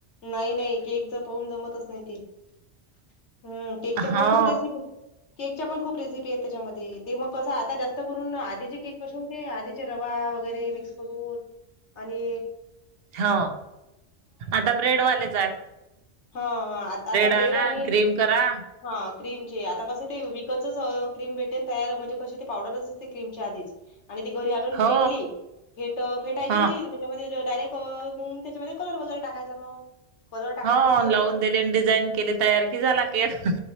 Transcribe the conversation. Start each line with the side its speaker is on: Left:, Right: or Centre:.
Left: नाही नाही केकच पाहून जमतच नाही ते हम, केकच्या पण
Right: हो
Left: खूप रेसिपी. केकच्या पण खूप रेसिपी आहे त्याच्यामध्ये, ते मग कसं आता जास्त करून आधीचे केक कशे हो नाही आधीचे रवा वगैरे मिक्स करून आणि
Right: हां आता ब्रेडवालेच आहेत.
Left: हां हं आता आता
Right: आणा
Left: ब्रेड आणि
Right: क्रीम करा
Left: ह क्रीमचे आत आता कसं ते विकतचच क्रीम भेटेन तयार म्हणजे कशे ते पावडरच ते क्रीमची आधीच. आणि ती घरी आणून
Right: हो
Left: फेटली फेट फेटायची
Right: ह
Left: ती अन ती त्याच्यामध्ये तर डायरेक्ट अ त्याच्यामध्ये कलर वगैरे टाकायचा मग. कलर टाकला
Right: हो
Left: की तेच
Right: लावून देलेन डिझाईन केले तयार की झाला केक.